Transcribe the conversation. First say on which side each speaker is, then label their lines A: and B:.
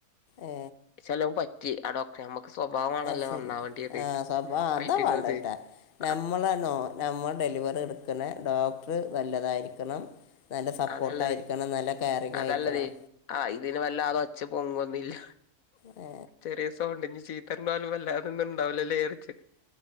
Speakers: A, on the left; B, on the left.
A: ഏ
B: <unintelligible> റ്റി ആ ഡോക്ടറ് ഞമ്മക്ക് സ്വഭാവമാണല്ലോ
A: ആ ശരി
B: നന്നാവണ്ടിയത്
A: ആ സ്വഭാ അതാ
B: <unintelligible>
A: വേണ്ട കേട്ടാ നമ്മളാണോ നമ്മ ഡെലിവറിടുക്ക്ണെ ഡോ ട്റ് നല്ലതായിരിക്കണം. നല്ല സപ്പോർട്ടായിരിക്കണം.
B: അതാള്ളത്
A: നല്ല കെയറിങായിരിക്കണം
B: അതല്ലതെ ആഹ് ഇതിന് വല്ലാത് ഒച്ച പൊങ്ങ്ന്നില്ല
A: ഏ
B: ചെറിയ സൗണ്ട് ഇനി ചീത്തറഞ്ഞോലും വല്ലാതൊന്നും ഉണ്ടാവ് ല്ലേ ലേറിച്ച്